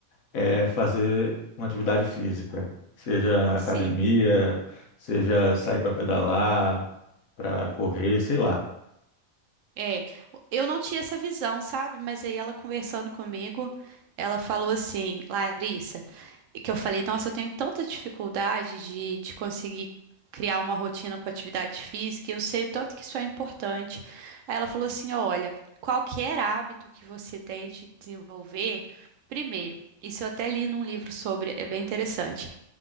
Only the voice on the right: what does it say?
Sim,
é. Eu não tinha essa visão, sabe? Mas aí ela conversando comigo, ela falou assim, Larissa, que eu falei, nossa, eu tenho tanta dificuldade de, de conseguir criar uma rotina com atividade física, e eu sei o tanto que isso é importante. Aí ela falou assim, olha, qualquer hábito que você tente desenvolver, primeiro, isso eu até li num livro sobre, é bem interessante.